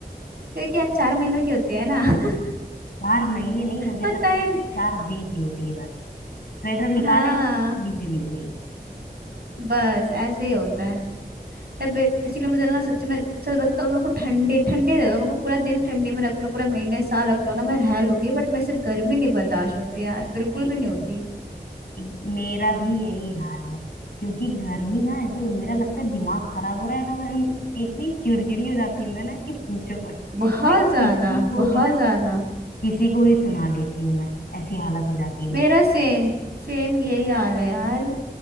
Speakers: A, on the right; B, on the left.
A: क्योंकि यार चार महीनों की होती है ना <laughs>
B: चार महीने नहीं मुझे
A: पता
B: तो ऐसा लगता
A: ही नहीं
B: है चार दिन की होती है बस स्वेटर निकाले
A: हाँ
B: ठंडी चली गई
A: बस ऐसे ही होता है तो बेसिकली मुझे ना सच में सच बताओ मेरे को ठंडी ठंडी दे दो मेरे को पूरा दिन ठंडी में रख लो पूरा महीने साल रख लो ना मैं रह लूंगी बट मेरे से गर्मी नहीं बर्दाश्त होती यार बिल्कुल
B: यार
A: भी नहीं होती
B: मेरा भी यही हाल है क्योंकि गर्मी ना ऐसे लग- मेरा लगता है दिमाग खराब हो रहा है और हम- इतनी चिड़चिड़ी हो जाती हूँ मैं ना कि पूछो मत
A: बहुत
B: भाई किसी
A: ज्यादा
B: को
A: बहुत
B: भी मैं
A: ज्यादा
B: किसी को भी सुना देती हूँ मैं ऐसी हालत हो जाती है
A: मेरा
B: मेरी
A: सेम सेम यही हाल है यार